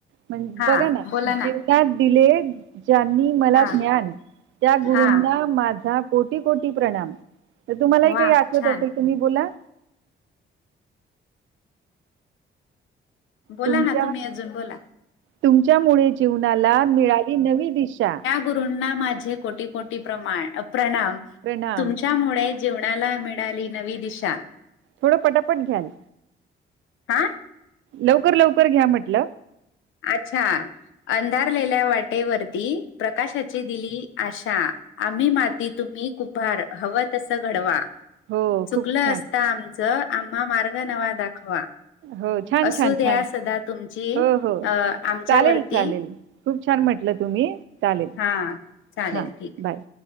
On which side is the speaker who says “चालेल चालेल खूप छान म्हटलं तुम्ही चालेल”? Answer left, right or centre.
Right